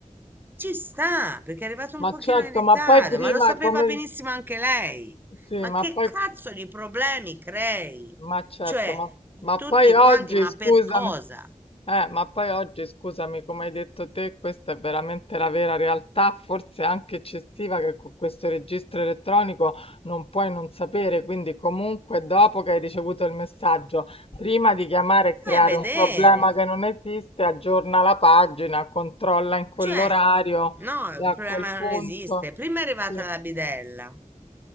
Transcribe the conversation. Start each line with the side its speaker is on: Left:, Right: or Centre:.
Right: ci sta, perché è arrivato un
Left: Ma
Right: pochino
Left: certo,
Right: in ritardo,
Left: ma poi prima
Right: ma lo sapeva
Left: come...
Right: benissimo anche lei.
Left: Sì,
Right: Ma
Left: ma
Right: che
Left: poi...
Right: cazzo di problemi crei?
Left: Ma certo,
Right: Cioè,
Left: ma, ma
Right: tutti
Left: poi oggi,
Right: quanti, ma
Left: scusami.
Right: per cosa?
Left: Eh, ma poi oggi, scusami, come hai detto te, questa è veramente la vera realtà, forse anche eccessiva, che con questo registro elettronico non puoi non sapere. Quindi, comunque, dopo che hai ricevuto il messaggio, prima di chiamare e creare
Right: Vai a vedere.
Left: un problema che non esiste, aggiorna la pagina, controlla in quell'orario
Right: Cioè, no,
Left: e
Right: il
Left: a
Right: problema
Left: quel punto.
Right: non esiste. Prima è arrivata
Left: Sì,
Right: la bidella,